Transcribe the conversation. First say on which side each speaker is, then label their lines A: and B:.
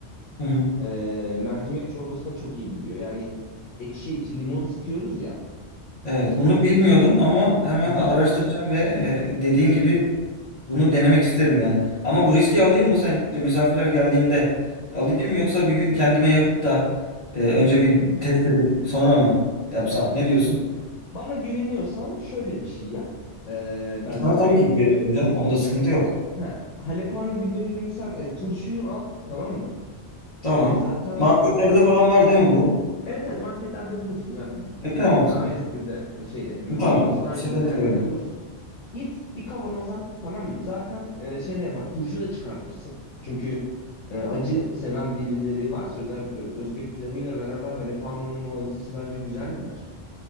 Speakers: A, on the left; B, on the left.
A: Hı hı.
B: Ee, mercimek çorbasına çok iyi gidiyor. Yani ekşi işte limon sıkıyoruz ya.
A: Evet, bunu bilmiyordum ama hemen
B: Hı hı.
A: araştıracağım ve e, dediğin gibi bunu denemek isterim yani. Ama bu riski alayım mı sence misafirler geldiğinde alayım yoksa bir gün kendime yapıp da e, önce bir test edip sonra mı yapsam? Ne diyorsun?
B: Bana güveniyorsan şöyle bir şey yap ee, bence.
A: Sana tabii ki güveniyorum canım. Onda sıkıntı yok.
B: Ha, halepano biberini sen e, turşuyu al tamam mı?
A: Tamam.
B: Ee, zaten
A: Marketlerde
B: o tur
A: falan var değil mi bu?
B: Evet evet marketlerde bulursun. Yani B-
A: E tamam
B: BİM'de,
A: o zaman.
B: A101'de, şeyde Migros'ta,
A: E, tamam.
B: A101'de
A: Sıkıntı
B: her
A: yok.
B: yerde bulursun. Git bir kavanoz al tamam mı? Zaten e, şey de yapar. Turşu da çıkartırsın. Çünkü e, acı seven birileri varsa özellikle Özbek pilavıyla beraber halepano'nun o acısı bence güzel gider.